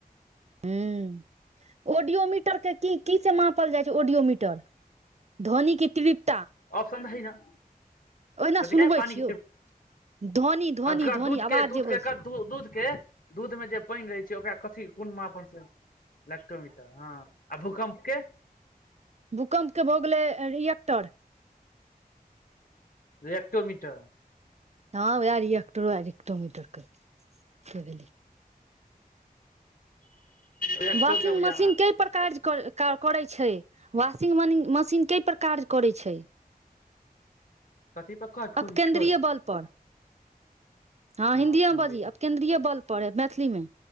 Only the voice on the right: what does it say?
ह ऑडियोमीटर के की की से मापल जाइ छै ऑडियोमीटर धव्नी के तृप
ओहिना
सुनबै
छियौ ध्वनि ध्वनि
ध्वनि
आवाज
जे अबै
भूकम्पके भऽ गेलै रिएक्टर
ह ओ एकटर एकटोमीटरके भेल
वाशिंग
मशीन
कए पर काराज करै छै वाशिंग मशीन कए पर काज करैय छै
अब
केन्द्रीय
बलपर हाँ
हिन्दीयो
बजी अब केंन्द्रीय बल पर मै मैथिली मे